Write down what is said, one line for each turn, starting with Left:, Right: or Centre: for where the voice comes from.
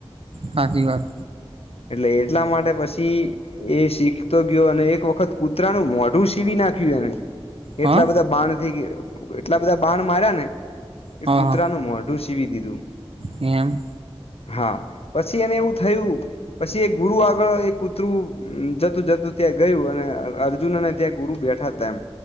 Right: હાચી વાત
Left: એટલે એટલા માટે પછી એ શીખતો ગયો અને એક વખત કૂતરાનું મોઢું સીવી નાખ્યું એને
Right: હા
Left: એટલા બધા બાણ થી એટલા બધા બાણ માર્યા ને કે
Right: હા
Left: કૂતરાનું
Right: હા
Left: મોડ ઢૂ સીવી દીધું.
Right: એમ.
Left: હા પછી એને એવું થયું પછી એક ગુરુ આગળ એક કૂતરું જતું જતું ત્યાં ગયું અને અર્જુન અને ત્યાં ગુરુ બેઠા હતા એમ